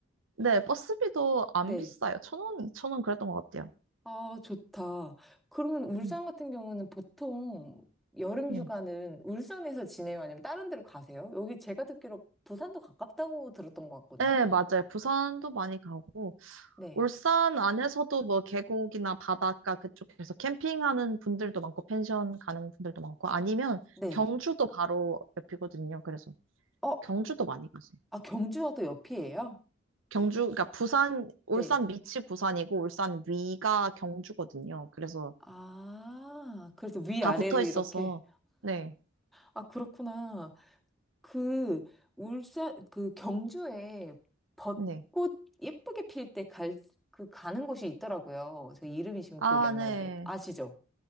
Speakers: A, on the right; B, in the centre.
A: 네, 버스비도 안
B: 네.
A: 비싸요. 천 원, 이천 원 그랬던 것 같아요.
B: 아, 좋다. 그러면 울산
A: 음,
B: 같은 경우는 보통 여름
A: 네.
B: 휴가는 울산에서 지내요? 아니면 다른 데로 가세요? 여기 제가 듣기로 부산도 가깝다고 들었던 것 같거든요.
A: 네, 맞아요. 부산도 많이 가고,
B: 네.
A: 울산 안에서도 뭐 계곡이나 바닷가 그쪽에서 캠핑하는 분들도 많고, 펜션 가는 분들도 많고, 아니면
B: 네.
A: 경주도 바로 옆이거든요. 그래서
B: 어,
A: 경주도 많이 가세요.
B: 아, 경주와 또 옆이에요?
A: 경주, 그러니까 부산, 울산
B: 네.
A: 밑이 부산이고 울산 위가 경주거든요. 그래서
B: 아, 그래서 위아래로
A: 다 붙어 있어서
B: 이렇게.
A: 네,
B: 아, 그렇구나. 그, 울산, 그 경주에 벚꽃
A: 네.
B: 예쁘게 필 때 갈, 그 가는 곳이 있더라고요. 저 이름이 지금
A: 아,
B: 기억이 안
A: 네.
B: 나는데. 아시죠?